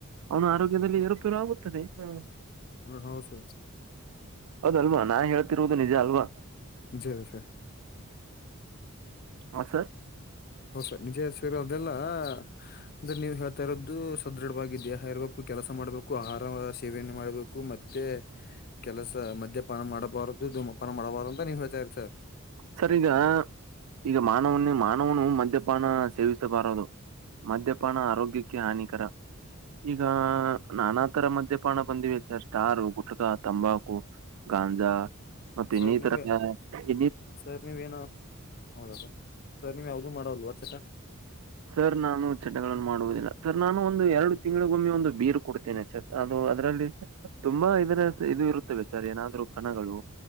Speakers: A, on the right; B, on the left.
A: ಅವನು ಆರೋಗ್ಯ ದಲ್ಲಿ ಎರುಪಿರು ಆಗುತ್ತದೆ ಹ
B: ಹ ಹೌ ಸ
A: ಅದಲ್ವಾ ನಾ ಹೇಳ್ತಿರುವುದು ನಿಜ ಅಲ್ವಾ
B: ಜ ಸ
A: ಹಾಂ ಸರ್
B: ಹೌಸ ನಿಜ ಹೆಸರ ಅದೆಲ್ಲಾ ಅಂದ್ರೆ ನೀವ್ ಹೇಳ್ತಾ ಇರೋದ್ದದು ಸದೃಢವಾಗಿದ್ಯಾ ಹೇರ್ಬೇಕು ಕೆಲಸ ಮಾಡ್ಬೇಕು ಆಹಾರ ಸೇವೆಯನ್ನು ಮಾಡ್ಬೇಕು ಮತ್ತೆ ಕೆಲಸ ಸ ಮದ್ಯಪಾನ ಮಾಡಬಾರದು ಧಮಪಾನ ಮಾಡಬಾರು ಅಂತ ನೀವ ಹೇಳ್ತಾರಿ ಸರ್
A: ಸರ್ ಈಗ ಈಗ ಮಾನವನೇ ಮಾನವನು ಮದ್ಯಪಾನ ಸೇವಿಸಬಾರದು ಮದ್ಯಪಾನ ಆರೋಗ್ಯಕ್ಕೆ ಹಾನಿಕರ ಈಗ ನಾನಾ ತರ ಮದ್ಯಪಾನ ಬಂದಿವೆ ಸರ್ ಸ್ಟಾರು ಗುಟಕ ತಂಬಾಕು ಗಾಂಜಾ ಮ
B: ಸರ್
A: ಇನ್ನಿತರ
B: ನೀವು
A: ಇ
B: ಸರ್ ನೀವೇನು ಹೌದಾ ಸರ್ ಸರ್ ನೀವ ಯಾವ್ದೂ ಮಾಡಲ್ವಾ ಆ ಚಟ
A: ಸರ್ ನಾನು ಚಟ ಮಾಡುವುದಿಲ್ಲ ಸರ್ ನಾನು ಒಂದು ಎರಡು ತಿಂಗಳಿಗೊಮ್ಮೆ ಒಂದು ಬೀರ್ ಕುಡಿತೇನೆ ಸರ್ ಅದು ಅದರಲ್ಲಿ ತುಂಬ ಮ್ಮ ಇದರ ಇದು ಇರುತ್ತೆವೆ ಸರ್ ಏನಾದ್ರು ಕಣಗಳು